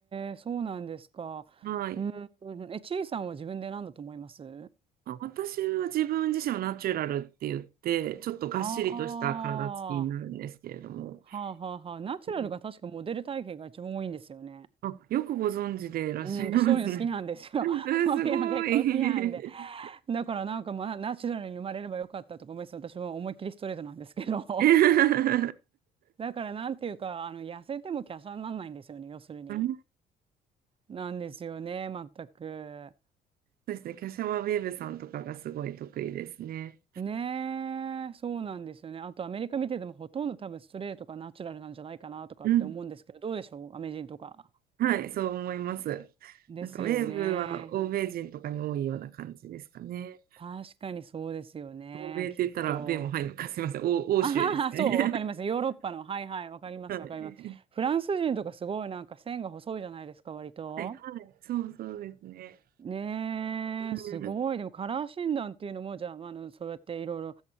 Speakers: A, on the right; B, on the right.
A: え、そうなんですか。
B: はい。
A: うん、うんうんえ、ちいさんは自分で何だと思います
B: あ私は自分自身もナチュラルって言って、ちょっとがっしりとした体つきになるんですけれども。
A: ああー、はあはあはあ。ナチュラルが確かモデル体型が一番多いんですよね。
B: うんあ、よくご存知でいらっしゃいますね。
A: うん、私そういうの好きなんですよ。
B: <laughs> うんすごい。
A: <laughs> そういうの結構好きなんで。だからなんかまあナチュラルに生まれればよかったとか思いつつ私も思いっきりストレートなんですけど <laughs>
B: <laughs>
A: だからなんていうかあの痩せても華奢にならないんですよね要するに
B: うん
A: なんですよね全く
B: そうですね、キャシャワウェーブさんとかがすごい得意ですね。
A: ねえそうなんですよねあとアメリカ見ててもほとんど多分ストレートがナチュラルなんじゃないかなとかって思うんですけどどうでしょうアメ人とか
B: うん。はい、そう思います。
A: ですよね
B: なんかウェーブは欧米人とかに多いような感じですかね。
A: 確かにそうですよねきっと
B: 欧米って言ったら米も入るのか、すみません、欧、欧州ですかね。
A: あはは、そう、わかります。ヨーロッパの。はいはい、わかります、
B: <laughs> はい
A: わかります。フランス人とかすごいなんか線が細いじゃないですか、割と。
B: はいはい、そうそうですね。
A: ねえ、すごい。
B: うん、
A: でもカラー診断っていうのも、じゃあ、まああの、そうやっていろいろ